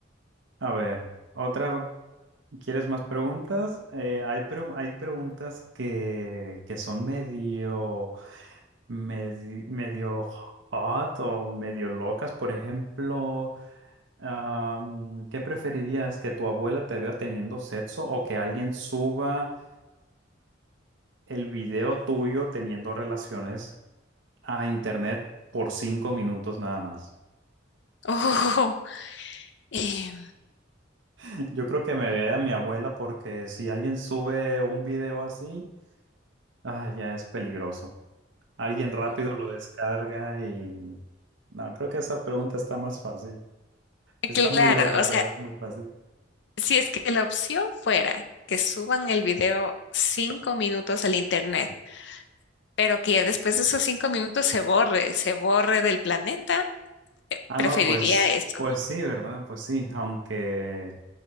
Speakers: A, on the right; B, on the left.
A: a ver, otra, ¿quieres más preguntas? Eh, hay, pregu- hay preguntas que, que son medio... medi- medio hot o medio locas. Por ejemplo, am, ¿qué preferirías? ¿Que tu abuela te vea teniendo sexo o que alguien suba el video tuyo teniendo relaciones a internet por cinco minutos nada más?
B: Oh, eh,
A: <laughs> Yo creo que me vea mi abuela porque si alguien sube un video así, ah, ya es peligroso. Alguien rápido lo descarga y... No, creo que esa pregunta está más fácil. Está
B: cla-
A: muy
B: claro,
A: loca,
B: o sea,
A: pero es muy fácil.
B: si es que la opción fuera que suban el video cinco minutos al internet, pero que ya después de esos cinco minutos se borre, se borre del planeta
A: Ah,
B: Preferiría
A: no, pues,
B: eso.
A: pues sí, ¿verdad? Pues sí, aunque